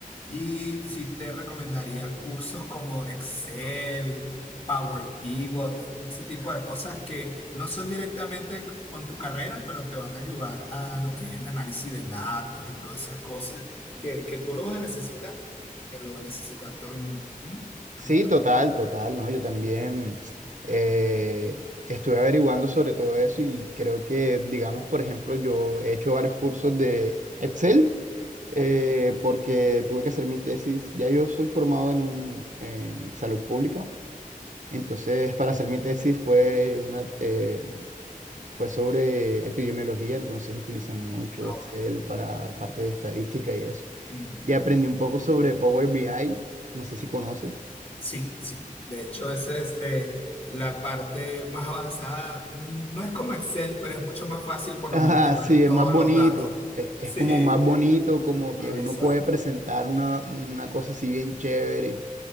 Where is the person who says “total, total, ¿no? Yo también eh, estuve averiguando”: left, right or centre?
Right